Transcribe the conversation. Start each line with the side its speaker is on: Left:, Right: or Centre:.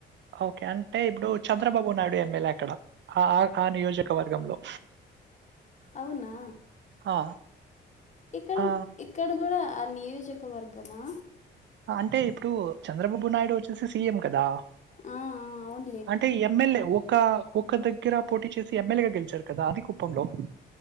Right: ఓకే అంటే ఇప్పుడు చంద్రబాబు నాయుడు ఎమ్మెల్యే అక్కడ హా ఆ నియోజకవర్గంలో
Left: అవునా
Right: ఆ
Left: ఇక్కడ
Right: ఆ,
Left: ఇక్కడ గూడా ఆ నియోజకవర్గమా.
Right: అంటే ఇప్పుడూ చంద్రబాబు నాయుడు వచ్చేసి సీఎం కదా
Left: ఆ ఆ అవున్లె
Right: అంటే ఎమ్మెల్యే ఒకా ఒక్క దగ్గర పోటీ చేసి ఎమ్మెల్యేగా గెలిచాడు కదా అది గొప్. పొంగ్ బ్లాక్